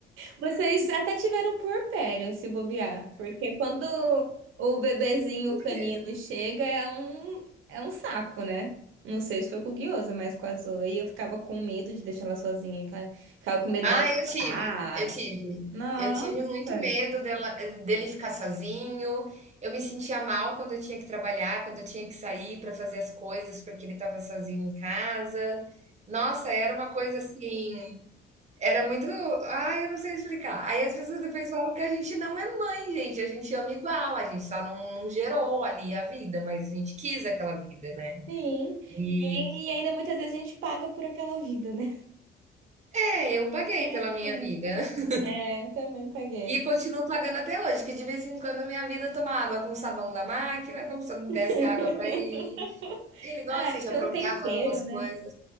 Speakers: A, on the right; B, on the right.
A: Vocês até tiveram puerpério, se bobear, porque quando o bebezinho canino
B: É.
A: chega é um, é um saco, né? Não sei se foi com o guiosa, mas com a Zoe. E eu ficava com medo de deixar ela sozinha, cara. ficava com medo
B: Ah,
A: dela
B: eu tive,
A: chorar.
B: eu tive.
A: Nossa,
B: Eu tive muito medo dela, dele ficar sozinho. Eu me sentia mal quando eu tinha que trabalhar, quando eu tinha que sair para fazer as coisas, porque ele estava sozinho em casa. Nossa, era uma coisa assim. Era muito ai, eu não sei explicar. Aí as pessoas depois falam que a gente não é mãe, gente, a gente ama igual, a gente só não não gerou ali a vida, mas a gente quis aquela vida, né.
A: sim.
B: E
A: E, e ainda muitas vezes a gente paga por aquela vida, né?
B: é, eu paguei
A: É,
B: pela minha
A: é,
B: vida <laughs>
A: É, eu também paguei.
B: e continuo pagando até hoje, que de vez em quando a minha vida toma água com sabão da máquina, como se eu não
A: <laughs>
B: desse água pra ele. Ele gosta
A: Ah, é que
B: de aprontar,
A: é um tempero,
B: fazer umas
A: né?
B: coisas.